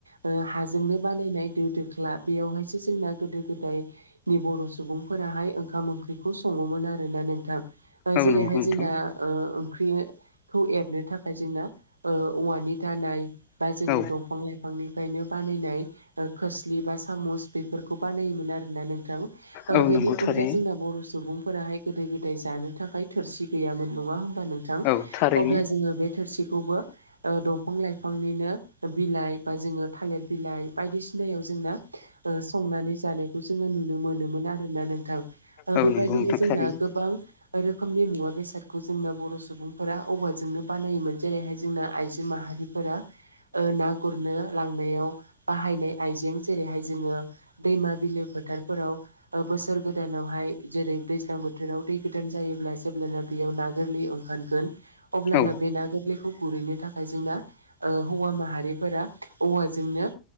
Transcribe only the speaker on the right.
ओ हाजोंनो बानायनाय दो दो ख्ला बेयावहायसो जोंना गोदो गोदायनि बर' सुबुंफोराहाय ओंखाम ओंख्रि खौ सङोमोन आरोना नोंथां। ओ
जेरैहाय
जोंना ओंख्रि खौ एरनो थाखाय जोंना ओ औवानि दानाय बा जोङो
दंफां लाइफां फांनिफ्रायनो बानायनाय खोस्लि बा सामुस बेफोरखौ बानायोमोन आरोना नोंथां। ओ
बेनि
अनगा जोंना बर' सुबुंफोराहाय गोदो गोदाय जानो थाखाय थोरसि गैयामोन। नङा होमबा नोंथां?
अब्ला जोङो बे थोरसिखौबो ओ दंफां लाइफांनिनो बिलाइ बा जोङो थालिर बिलाइ बायदिसिनायाव जोंना संनानै जानायखौ जोङो नुनो मोनोमोन आरोना नोंथां। ओ
बेबायदिनो
जोंना
गोबां रोखोमनि मुवा बेसादखौ जोंना बर' सुबुं फोर औवाजोंनो बानायोमोन जेरैहाय जोंना आइजो माहारिफोरा ओ ना गुरनो लांनायाव बाहायनाय आइजें जेरैहाय जोङो दैमा बिलो फोथारफोराव बोसोर गोदानावहाय जेरै दैज्लां बोथोराव दै गोदान जायोब्ला जेब्लाना बेयाव ना गोरलै ओंखारगोन अब्लाना
बे ना गोरलैखौ गुरहैनो थाखाय जोंना ओ हौवा माहारिफोरा औवाजोंनो